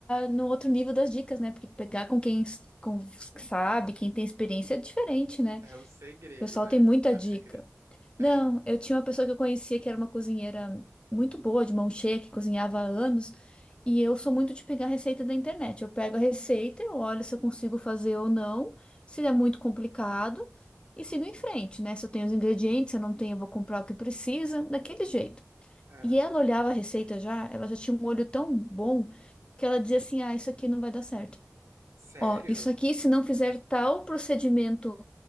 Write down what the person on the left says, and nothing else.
no outro nível das dicas, né? Porque pegar com quem s- com, os que sabe, quem tem experiência é diferente, né?
O pessoal
tem muita
dica.
Não,
eu tinha uma pessoa que eu conhecia que era uma cozinheira muito boa, de mão cheia, que cozinhava há anos. E eu sou muito de pegar receita da internet. Eu pego a receita, eu olho se eu consigo fazer ou não, se é muito complicado, e sigo em frente, né? Se eu tenho os ingredientes, se eu não tenho, eu vou comprar o que precisa, daquele jeito.
E ela olhava
a receita já, ela já tinha um olho tão bom que ela dizia assim: ah, isso aqui não vai dar certo.
Ó, isso aqui, se não fizer tal procedimento